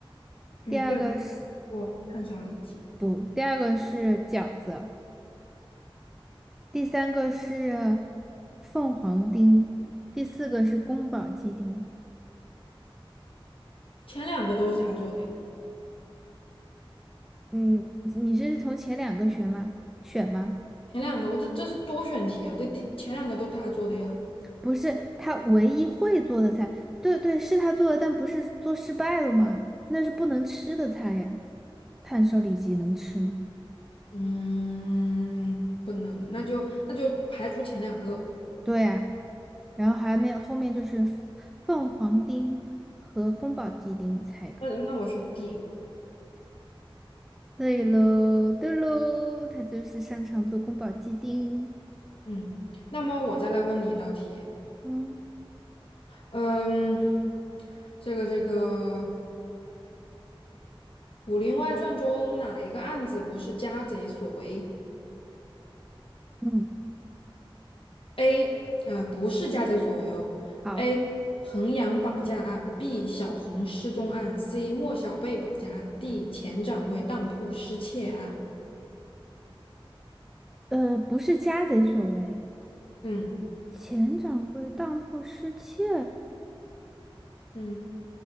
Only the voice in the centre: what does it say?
第二个是
不，第二个是饺子，第三个是凤凰丁，第四个是宫保鸡丁。
嗯，你是从前两个选吗？选吗？
不是，他唯一会做的菜，对对，是他做的，但不是做失败了吗？那是不能吃的菜呀，炭烧里脊能吃吗？
对呀。然后还没有后面就是凤凰丁和宫保鸡丁，猜一个。
对喽，对喽，他就是擅长做宫保鸡丁。
嗯
嗯，
好，
呃，不是家贼所为，
前掌柜当铺失窃。